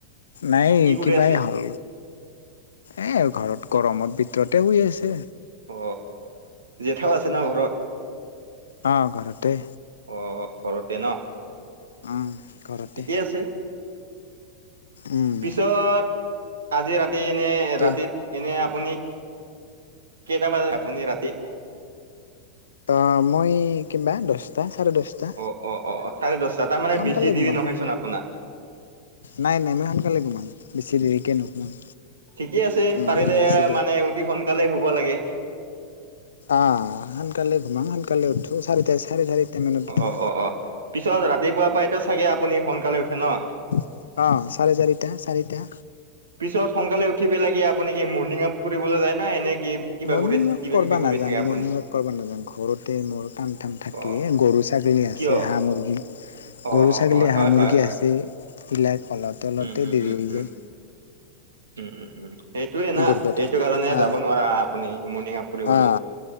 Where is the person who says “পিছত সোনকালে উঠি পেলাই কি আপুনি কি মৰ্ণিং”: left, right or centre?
Right